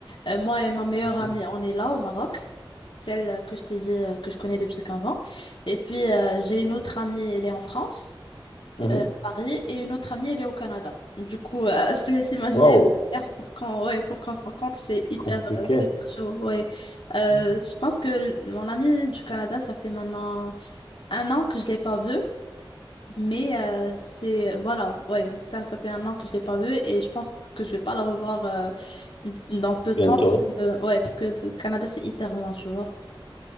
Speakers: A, on the left; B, on the left.
A: Euh, moi et ma meilleure
B: Mhm.
A: amie, on est là au Maroc, celle euh, que je t'ai dit euh, que je connais depuis 15 ans. Et puis euh, j'ai une autre amie, elle est en France,
B: Mhm.
A: euh, à Paris, et une autre amie, elle est au Canada. Du coup, euh, <laughs> je te laisse imaginer
B: Wow,
A: l'air pour quand, ouais, pour qu'on se rencontre, c'est hyper,
B: compliqué.
A: euh, c'est hyper chaud. Ouais. Euh,
B: Ouais.
A: je pense que l- mon amie du Canada, ça fait maintenant un an que je l'ai pas vue. Mais euh, c'est voilà, ouais, ça, ça fait un an que je l'ai pas vu et je pense que je vais pas la revoir euh, dans peu de
B: Bientôt.
A: temps parce que euh, ouais, parce que le Canada c'est hyper loin, tu vois.